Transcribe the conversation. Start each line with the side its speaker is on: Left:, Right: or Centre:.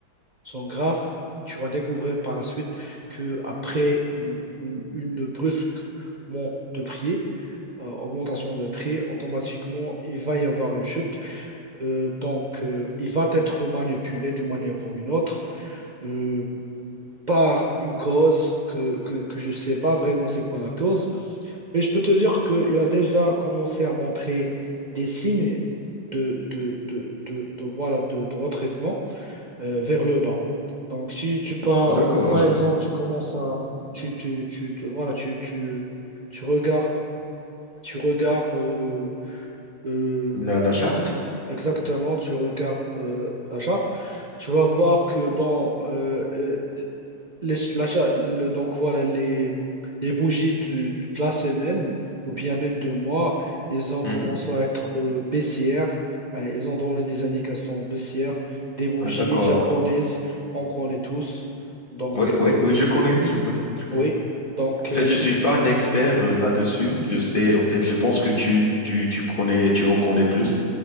Right: sont graves. Tu vas découvrir par la suite que après une, une- une brusque monte de prix, euh, augmentation de prix, automatiquement, il va y avoir une chute. Euh, donc, euh, il va être manipulé d'une manière ou une autre euh, par une cause que, que, que je ne sais pas vraiment c'est quoi la cause. Mais je peux te dire qu'il a déjà commencé à montrer des signes de, de, de, de, de- voilà, de, de retraitement euh, vers le bas. Donc, si tu pars,
Left: d'accord.
Right: par exemple, tu commences à, tu, tu, tu, tu- voilà, tu, tu, tu regardes, tu regardes, euh, euh,
Left: La, la charte?
Right: exactement, tu regardes euh, la charte, tu vas voir que dans, euh, euh, les- ch- l'achat, le- donc voilà, les, les bougies du- du- de la semaine ou bien même de mois, ils ont commencé
Left: Mhm.
Right: à être euh, baissières. Euh, Ils ont donné des indications baissières, des bougies
Left: Ah, d'accord.
Right: japonaises qu'on connaît tous. Donc,
Left: Oui,
Right: euh,
Left: oui, oui, je connais, je connais, je connais.
Right: oui. Donc,
Left: En fait,
Right: euh,
Left: je
Right: ce-
Left: suis
Right: ce-
Left: pas un expert euh, là-dessus. Je sais, en fait, je pense que tu, tu, tu connais, tu en connais plus.